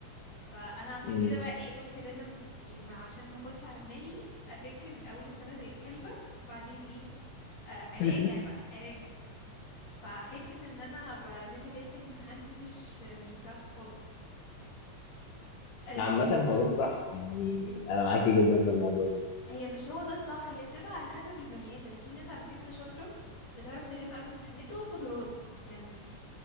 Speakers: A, on the left (about 55°); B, on the left (about 75°).
A: فانا عشان
B: امم
A: كده بقى ايه قلت لازم يعني ما عشان ما اخدش على دماغي اذاكر من اول السنه زي الكلبه وبعدين ايه آه، اراجع
B: <laughs>
A: بقى اراجع يعني فحته ان انا بلم ليله الامتحان دي مش مش بتاعتي خالص آه،
B: عامة هو ده الصح يعني انا معاكي جدا في الموضوع ده
A: هي مش هو ده الصح هي بتبقى على حسب البني ادم في ناس على فكرة شاطرة بتعرف تلم قبل الامتحانات وقدرات يعني